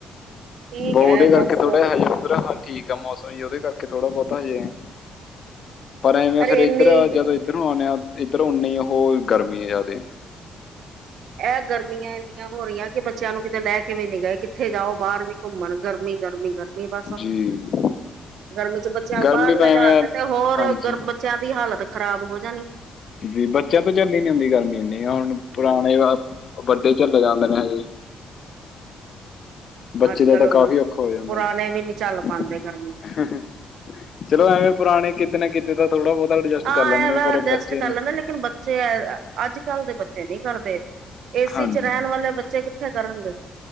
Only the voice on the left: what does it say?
ਓਦੇ
ਕਰਕੇ
ਥੋੜਾ ਹਜੇ- ਉਰਾ ਹਾਂ ਠੀਕ ਆ ਮੌਸਮ ਜੀ ਓਦੇ ਕਰਕੇ ਥੋੜਾ ਬੋਤਾ ਹਜੇ - ਪਰ ਐਵੇ
ਫੇਰ
ਏਧਰ
ਜਦੋ ਏਧਰੋਂ ਆਉਣੇ ਆ, ਏਧਰ ਓਨੀ ਉਹ ਗਰਮੀ ਏ ਜਾਦੇ।
ਜੀ-
ਗਰਮੀ
ਤਾਂ
ਐਵੇਂ ਆ,
ਹਾਂਜੀ
ਜੀ ਬੱਚੇਆਂ ਤੋਂ ਝੱਲਲੀ ਨੀ ਹੁੰਦੀ ਗਰਮੀ ਇੱਨੀ, ਹੁਨ ਪੁਰਾਨੇ ਵਾ ਵੱਡੇ ਝੱਲੇ ਜਾਦੇ ਨੇ ਏ। ਬੱਚੇ
ਦਾ
ਤਾਂ ਕਾਫੀ ਔਖਾ ਹੋ ਜਾਂਦਾ
ਏ।
<unintelligible>
ਚਲੋ ਐਵੇਂ ਪੁਰਾਣੇ ਕਿਤੇ ਨਾ ਕਿਤੇ ਤਾ ਥੋੜਾ ਬੋਤਾ ਅਰਜਸਟ
ਕਾਰ ਲੈਂਦੇ
ਨੇ, ਪਰ
ਬੱਚੇ
ਨੂੰ।
ਹਾਂਜੀ